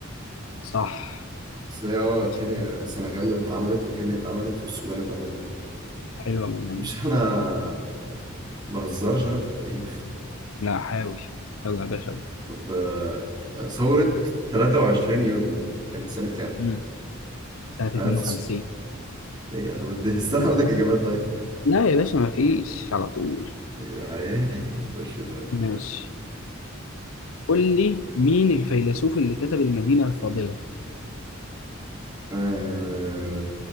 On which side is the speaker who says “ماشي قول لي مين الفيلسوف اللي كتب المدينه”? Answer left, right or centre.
Left